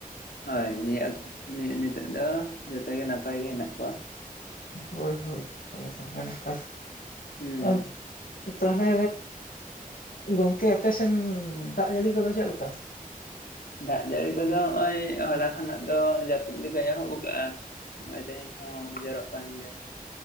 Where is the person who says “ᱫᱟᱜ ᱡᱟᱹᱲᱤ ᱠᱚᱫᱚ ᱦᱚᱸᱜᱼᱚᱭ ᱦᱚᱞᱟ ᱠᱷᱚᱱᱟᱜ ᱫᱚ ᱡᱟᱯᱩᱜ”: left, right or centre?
Left